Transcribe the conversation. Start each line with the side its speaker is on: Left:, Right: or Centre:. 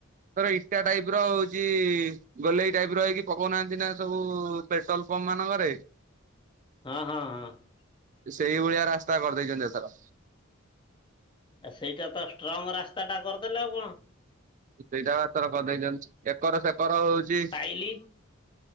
Right: ଇଟା ଟାଇପ ର ହଉଛି ଗୋଲେଇ ଟାଇପ ର ହେଇକି ପକଉନାହାନ୍ତି ନା ସବୁ ବୁ ପେଟ୍ରୋଲ ପମ୍ପ ମାନଙ୍କ ରେ।
Left: ହଁ ହଁ ହଁ
Right: ସେଇ ଭଳିଆ ରାସ୍ତା କରିଦେଇଛନ୍ତି ଏଥର।
Left: ଆ ସେଇଟା ତ ଷ୍ଟ୍ରଙ୍ଗ ରାସ୍ତା ଟା କରିଦେଲେ ଆଉ କଣ।
Right: ସେଇଟା ତର କରିଦେଇଛନ୍ତି ଏକର ସେକର ହଉଛି।
Left: ଲି